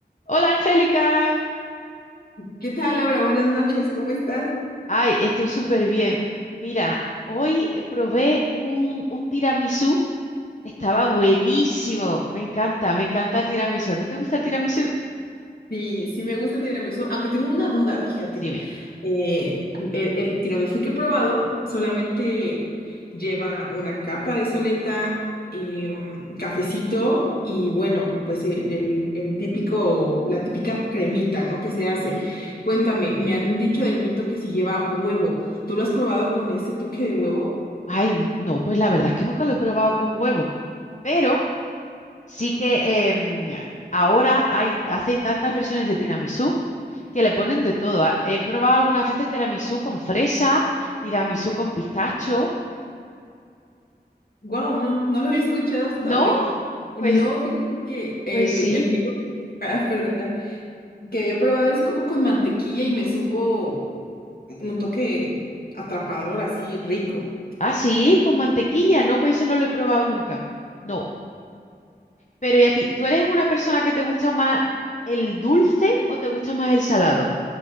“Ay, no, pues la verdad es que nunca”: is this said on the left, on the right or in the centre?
Left